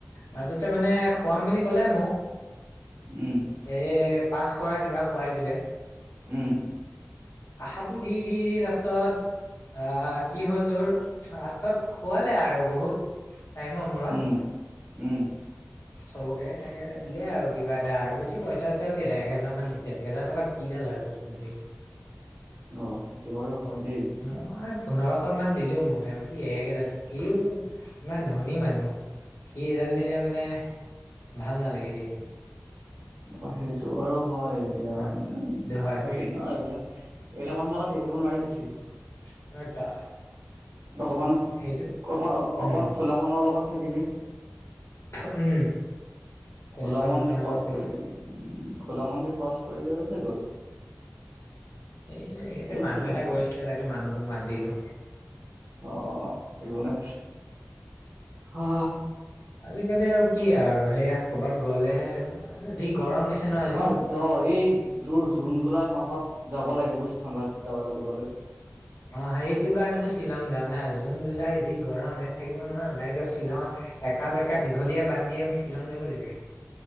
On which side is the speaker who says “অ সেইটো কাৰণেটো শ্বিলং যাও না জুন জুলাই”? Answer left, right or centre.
Left